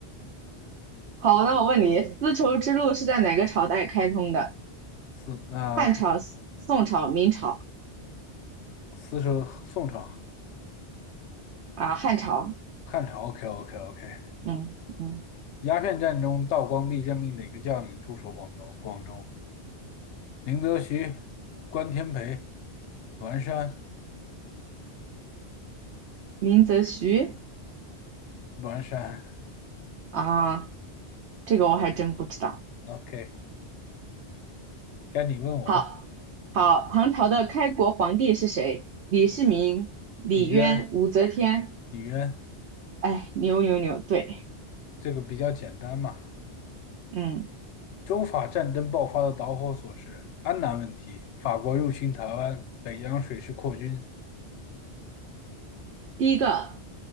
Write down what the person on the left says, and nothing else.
四那
四是宋朝、
汉朝，OK OK OK。
鸦片战中，道光帝任命哪个将领驻守广州？广州，林则徐、关天培、栾山、
栾山。
OK，该你问我。
李渊，
李渊，
这个比较简单嘛。
中法战争爆发的导火索是安南问题，法国入侵台湾，北洋水师扩军。